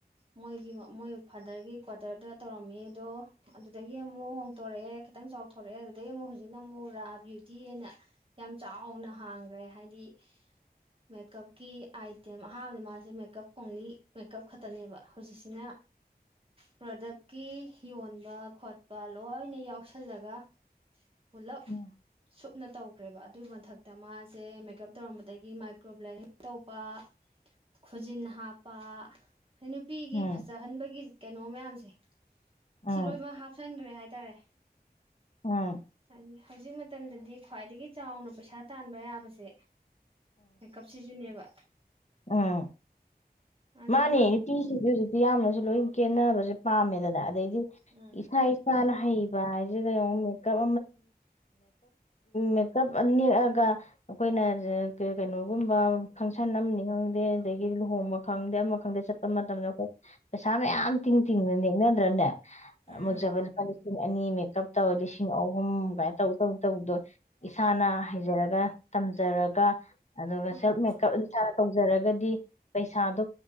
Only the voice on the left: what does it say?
ꯎꯝ
ꯎꯝ
ꯎꯝ
ꯎꯝ
ꯑꯥ
ꯃꯥꯅꯤ ꯄ ꯌꯥꯝꯅꯁꯨ ꯂꯣꯏ ꯀꯦꯟꯅꯅꯕꯁꯦ ꯄꯥꯝꯃꯦꯗꯅ ꯑꯗꯩꯗꯤ
ꯏꯁꯥ ꯏꯁꯥꯅ ꯍꯩꯕ ꯍꯥꯏ ꯦꯀꯞꯦꯀꯞ ꯃꯦꯀꯞ ꯅꯦꯛꯑꯒ ꯑꯩꯈꯣꯏꯅ ꯀꯩꯅꯣꯒꯨꯝꯕ ꯐꯪꯁꯟ ꯑꯃꯅꯤ ꯈꯪꯗꯦ ꯑꯗꯒꯤꯗꯤ ꯂꯨꯍꯣꯡꯕ ꯈꯪꯗꯦ ꯑꯃ ꯈꯪꯗꯦ ꯆꯠꯄ ꯃꯇꯝꯗ ꯑꯩꯈꯣꯏ ꯄꯩꯁꯥ ꯃꯌꯥꯝ ꯇꯤꯡ ꯇꯤꯡꯅ ꯅꯦꯛꯅꯗ꯭ꯔꯅꯦ
ꯑꯃꯨꯛꯖꯕ ꯂꯨꯄꯥ ꯂꯤꯁꯤꯡ ꯑꯅꯤ ꯃꯦꯀꯞ ꯇꯧ ꯂꯤꯁꯤꯡ ꯑꯍꯨꯝ ꯀꯃꯥꯏꯅ ꯇꯧꯗꯕ ꯇꯧꯗꯣꯏ ꯏꯁꯥꯅ ꯍꯩꯖꯔꯒ ꯇꯝꯖꯔꯒ ꯑꯗꯨꯒ
ꯁꯦꯜꯐ ꯃꯦꯀꯞ ꯐꯖꯔꯒꯗꯤ ꯄꯩꯁꯥꯗꯣ